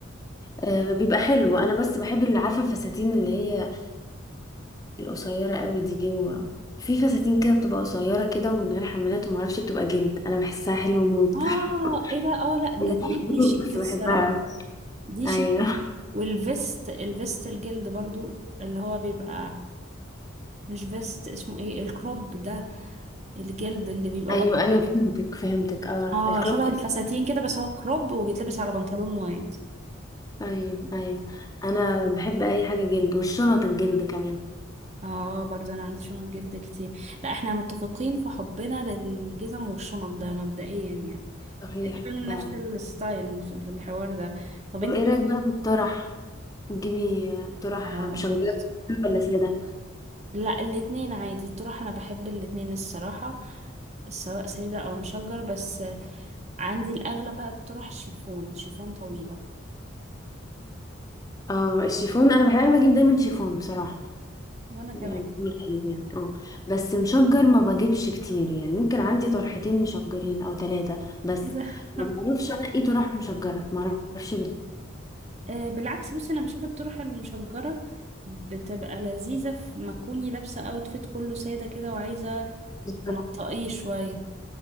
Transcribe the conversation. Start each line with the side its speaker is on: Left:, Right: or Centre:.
Left: أه، بيبقى حلو انا بس بحب اللي عارفه الفساتين اللي هي القصيرة قوي دي و... في فساتين كده بتبقى قصيرة كده ومن غير حمالات ومعرفش بتبقى جلد أنا بحسها حلوة موت
Right: اه
Left: <laughs>
Right: ايه ده اه لا ده
Left: هي
Right: دي
Left: حلوة
Right: دي شيك
Left: بس
Right: الصراحه
Left: بحبها
Right: دي
Left: أيوه
Right: شيك والفيست الفيست الجلد برضو اللي هو بيبقى مش فيست اسمه ايه الكروب ده الجلد اللي بيبقى
Left: أيوه
Right: برضه
Left: أيوه فهمتك فهمتك اه
Right: اه
Left: الكروب
Right: شبه
Left: توب.
Right: الفساتين كده بس هو كروب وبيتلبس على بنطلون وايد
Left: أيوه أيوه أنا بحب أي حاجة جلد والشنط الجلد كمان
Right: اه برضه انا عندي شنط جلد كتير لا احنا متفقين في حبنا للجزم والشنط ده مبدئيا يعني
Left: صحيح
Right: تقريبا
Left: فعلا
Right: نفس الستايل في في الحوار ده طب
Left: طب
Right: انت
Left: إيه رأيك بقى في الطرح تجيبي آه، طرح
Right: اه
Left: مشجرة
Right: بص
Left: ولا سادة
Right: لا الاتنين عادي تروح انا بحب الاتنين الصراحة سواء سيدة او مشجر بس عندي الاغلب بقى الطرح شيفون شيفون طويلة
Left: اه الشيفون أنا بحب أنا بجيب دايما شيفون بصراحة
Right: وانا كمان
Left: بيقول حلو يعني اه بس مشجر ما بجيبش كتير يعني ممكن عندي طرحتين مشجرين او ثلاثة بس
Right: ايه ده <laughs>
Left: ما بعرفش انقي إيه طرح مشجرة ما اعرفش ليه
Right: آه، بالعكس بصي انا بشوف الطرح المشجره بتبقى لذيذه في ما تكوني لابسه اوتفيت كله ساده كده وعايزه
Left: بالظبط.
Right: تنطقيه شويه